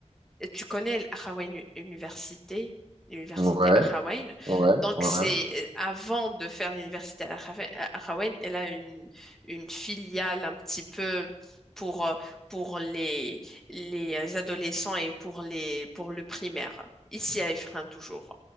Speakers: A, in the centre; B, on the right.
A: tu connais l'Ahrawaïne Université, l'université
B: Ouais,
A: Ahrawaïne.
B: ouais,
A: Donc,
B: ouais.
A: c'est avant de faire l'université Ahrawa- Ahrawaïne, elle a une, une filiale un petit peu pour, euh, pour les, les adolescents et pour, les, pour le primaire, ici à Ifrin toujours,